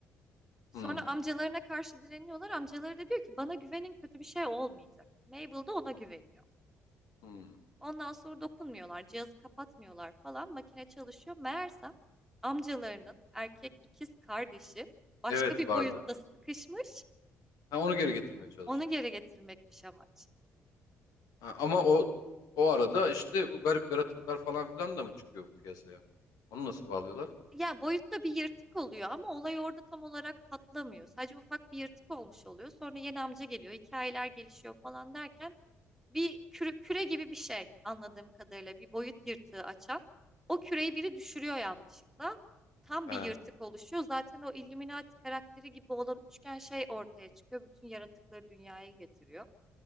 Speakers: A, in the centre; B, on the left.
A: Sonra
B: Hı.
A: amcalarına karşı direniyorlar. Amcaları da diyor ki bana güvenin kötü bir şey olmayacak. Mabel de ona güveniyor.
B: Hı.
A: Ondan sonra dokunmuyorlar, cihazı kapatmıyorlar falan. Makine çalışıyor. Meğersem amcalarının erkek ikiz kardeşi başka
B: Evet
A: bir
B: vardı.
A: boyutta sıkışmış.
B: Ha onu geri getirmeye çalışıyor.
A: Onu geri getirmekmiş amaç.
B: Ha, ama o o arada işte bu garip yaratıklar falan filan da mı çıkıyor piyasaya? Onu nasıl bağlıyorlar?
A: Ya boyutta bir yırtık oluyor ama olay orada tam olarak patlamıyor. Sadece ufak bir yırtık olmuş oluyor. Sonra yeni amca geliyor, hikayeler gelişiyor falan derken bir küre, küre gibi bir şey anladığım kadarıyla bir boyut yırtığı açan. O küreyi biri düşürüyor yanlışlıkla. Tam
B: He,
A: bir yırtık oluşuyor. Zaten o Illuminati karakteri gibi olan üçgen şey ortaya çıkıyor. Bütün yaratıkları dünyaya getiriyor.